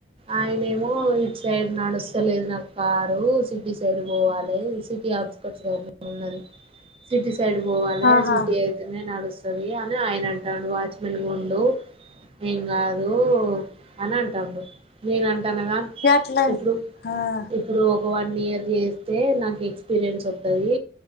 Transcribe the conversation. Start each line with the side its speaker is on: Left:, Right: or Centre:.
Right: ఆయన ఏమో ఇట్ సైడ్ నడుస్తలేదు నా కారు సిటీ సైడ్ పోవాలి సిటీ అవట్ స్కట్ ఉన్నది సిటీ సైడ్ పోవాలి
Left: ఆహా
Right: సిటీ అయితేనే నడుస్తు ంది అని ఆయన అంటాడు వాచ్ మెన్ గా ఉండు ఏం కాదు అని అంటాడు నేను అంటానుగా
Left: ఎట్లా
Right: ఇప్పుడు
Left: ఆ
Right: ఇప్పుడు ఒక వన్ ఇయర్ చేస్తే నాకు ఎక్స్పీరియన్స్ వస్తుది